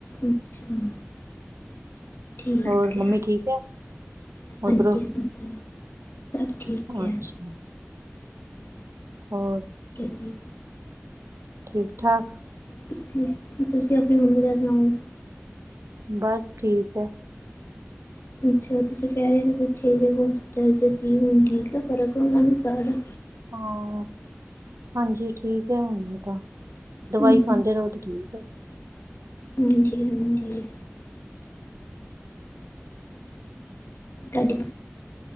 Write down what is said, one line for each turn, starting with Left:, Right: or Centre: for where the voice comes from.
Left: ਅੱਛਾ ਠੀਕ
Right: ਹੋਰ ਮੰਮੀ
Left: ਹੈ
Right: ਠੀਕ ਐ, ਓਧਰੋਂ?
Left: ਹਾਂਜੀ ਹਾਂਜੀ ਸਭ ਠੀਕ ਹੈ
Right: ਅੱਛਾ, ਹੋਰ?
Left: ਠੀਕ ਐ ਜੀ।
Right: ਠੀਕ- ਠਾਕ।
Left: ਤੁਸੀਂ ਤੁਸੀਂ ਅਪਣੀ ਮੰਮੀ ਦਾ ਸੁਣਾਓ?
Right: ਬਸ ਠੀਕ ਐ।
Left: ਅੱਛਾ ਤੁਸੀਂ ਕੈ ਰੇ ਪਿੱਛੇ ਜੇ ਹਾਸਪਿਟਲ ਚ ਸੀ, ਹੁਣ ਠੀਕ ਆ ਫਰਕ ਆ ਉਨਾਂ ਨੂੰ ਸਾਹ ਦਾ?
Right: ਹਾਂ, ਹਾਂਜੀ ਠੀਕ ਐ ਹੁਣ ਤਾਂ,
Left: ਹਮ,
Right: ਦਵਾਈ ਖਾਂਦੇ ਰਓ ਤੇ ਠੀਕ ਏ।
Left: ਹਾਂਜੀ-ਹਾਂਜੀ। ਤੁਆਡੀ